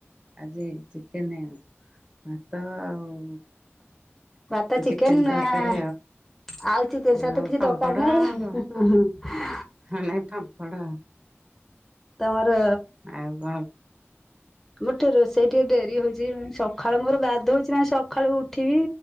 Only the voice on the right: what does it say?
ଆଜି ଚିକେନ ହେଇଛି। ଭାତ ଆଉ
ଚିକେନ
ତରକାରୀ
ଆଉ
ପାମ୍ପଡ଼
ଆଉ ହଁ ନାଇ ପାମ୍ଫଡ।
ଆଉ କଣ?